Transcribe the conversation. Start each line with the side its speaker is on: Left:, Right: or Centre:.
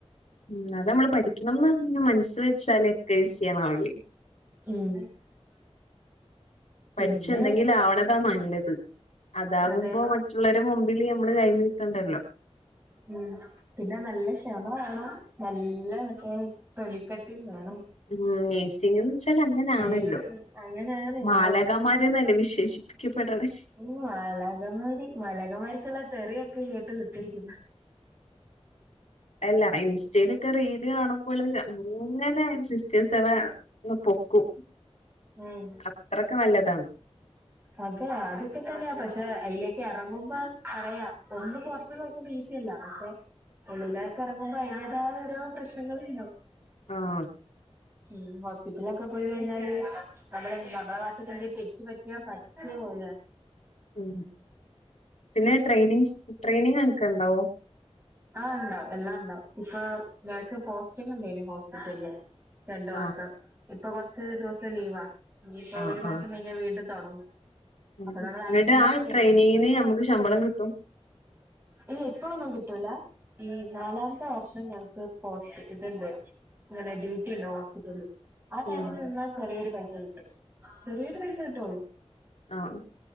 Left: ഉം അത് നമ്മള് പഠിക്കണംന്ന് പറഞ്ഞ മനസ്സ് വെച്ചാലേ ഒക്കെ ഈസിയണാവില്ലേ
Right: ഉം
Left: പഠിച്ച
Right: പിന്നെ
Left: എന്തെങ്കിലും ആവണതാ നല്ലത് അതാകുമ്പോ
Right: അതെ
Left: മുള്ളവരെ മുമ്പില് ഞമ്മള് കൈ നീട്ടണ്ടല്ലോ
Right: ഉം പിന്നെ നല്ല ക്ഷമ വേണം നല്ല മറ്റേ തൊലിക്കട്ടി വേണം
Left: ഉം നേഴ്സിങ് എന്നു വെച്ചാൽ അങ്ങനെയാണല്ലോ
Right: നേഴ്സിംഗ് അങ്ങനെയാണ്
Left: മാലകമാർ
Right: അതെ
Left: അങ്ങനെയല്ലെ വിശേഷിപ്പിക്കപ്പെടണെ
Right: മ്മ് മാലാഖമാര് മാലാഖമാരിക്കുള്ള തെറിയൊക്കെ കേട്ട് കുത്തിരിക്കുന്നു.
Left: അല്ല ഇൻസ്റ്റയിലൊക്കെ റീല് കാണുമ്പോള് അങ്ങനെ സിസ്റ്റേഴസ് ഇ പൊക്കും
Right: ഉം
Left: അത്രക്കെ നല്ലതാണ്
Right: അതെ അതൊക്കെ തന്നെയാ പക്ഷെ അതിലേക്ക് ഇറങ്ങുമ്പോ അറിയാ ഒന്നും പൊറ നോക്കുമ്പോ ഈസില്ല പക്ഷെ ഉള്ളിലെ കറങ്ങുമ്പോ അതിന്റതായ ഓരോ പ്രശ്നങ്ങളുണ്ടാവും.
Left: ആഹ്
Right: ഉം ഹോസ്പിറ്റലൊക്കെ പോയി കഴിഞ്ഞാല് നമ്മള് നമ്മളെ ഭാഗത്ത് എന്തേലും തെറ്റു പറ്റിയ പറ്റിയ പോലെയാ
Left: ഉ പിന്നെ ട്രെയിനിങ് ട്രെയിനിങ് അനക്കിണ്ടാവോ
Right: ആഹ് ഉണ്ടാവും എല്ലാം ഉണ്ടാവും ഇപ്പൊ ഞങ്ങക്ക് പോസ്റ്റിങ് ഉണ്ടായിരുന്നു ഹോസ്പിറ്റലില് രണ്ടു മാസം
Left: ആഹ്
Right: ഇപ്പൊ കൊറച്ച് ദിവസം ലീവാ ഇനിയിപ്പൊ
Left: ആഹ്
Right: ഒരു മാസം
Left: ആഹ്
Right: കഴിഞ്ഞാ വീണ്ടും തുടങ്ങും
Left: ഉം
Right: അപ്പൊ നമ്മൾ
Left: എന്നിട്ട്
Right: ഐസിയുവിൽ
Left: ആ
Right: ഒക്കെയാ
Left: ട്രെയിനിങ്ങിന്
Right: ഇനി നിക്കുന്ന
Left: നമുക്ക് ശമ്പളം കിട്ടും
Right: ഇല്ല ഇപ്പോഴൊന്നും കിട്ടൂല ഈ നാലാമത്തെ വർഷം ഞങ്ങക്ക് പോസ്റ്റ് ഇതിണ്ട് ഇങ്ങനെ ഡ്യൂട്ടി ഉണ്ട് ഹോസ്പിറ്റലില് ആ ടൈമിൽ
Left: ഉം
Right: നിന്നാ ചെറിയൊരു പൈസ കിട്ടും. ചെറിയൊരു പൈസ കിട്ടുള്ളൂ.
Left: ആഹ്